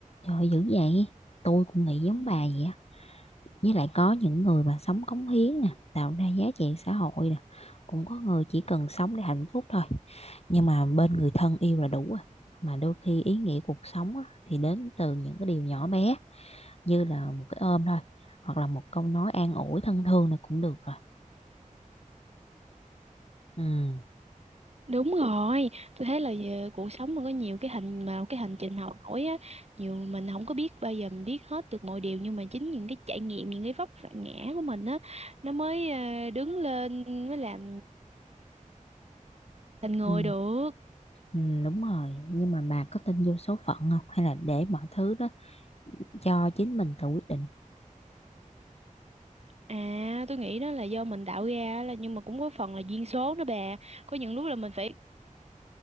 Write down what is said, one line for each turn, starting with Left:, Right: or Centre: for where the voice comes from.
Left: Trời ơi, dữ vậy. Tôi cũng nghĩ giống
Right: Ừ.
Left: bà vậy á. với lại có những người mà sống cống hiến nè tạo ra giá trị xã hội nè cũng có người chỉ cần sống để hạnh phúc thôi nhưng mà bên người thân yêu là đủ rồi mà đôi khi ý nghĩa cuộc sống á, thì đến từ những cái điều nhỏ bé như là một cái ôm thôi hoặc là một câu nói an ủi thân thương là cũng được rồi ừ.
Right: Đúng rồi, tôi thấy là ờ, cuộc sống nó có nhiều cái hành mà cái hành trình học hỏi á, nhiều mình không có biết bao giờ mình biết hết được mọi điều nhưng mà chính những cái trải nghiệm, những cái vấp phải ngã của mình á, nó mới ờ, đứng lên mới làm thành người
Left: Ừ.
Right: được.
Left: ừ đúng rồi nhưng mà bà có tin vô số phận không hay là để mọi thứ đó cho chính mình tự quyết định
Right: À, tôi nghĩ đó là do mình tạo ra là nhưng mà cũng có phần là duyên số nữa bà. Có những lúc là mình phải